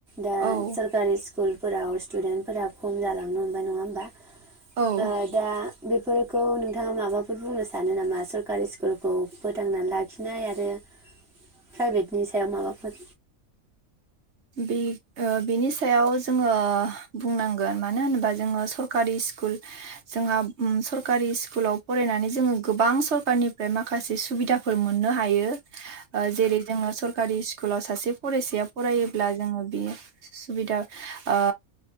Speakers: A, in the centre; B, on the right.
A: दा
B: औ
A: सरकारि स्कुलफोराव स्टुदेन्टफोरा खम जालांनो हमबाय नङा होमबा?
B: औ
A: ओ दा बेफोरखौ नोंथाङा माबाफोर बुंनो सानो नामा सरकारि स्कु स्कुलखौ फोथांनानै लाखिनाय आरो प्राइभेटनि सायाव माबाफोर
B: बे ओ बिनि सायाव जोङो बुंनांगोन मानो होनोबा जोङो सरकारि स्कुल जोंहा सरकारि स्कुलाव फरायनानै जोङो गोबां सरकारनिफ्राय माखासे सुबिदाफोर मोननो हायो। ओ जेरै जोङो सरकारि स्क कुलाव सासे फरायसाया फरायो ब्ला जोङो बे सुबिदा ओ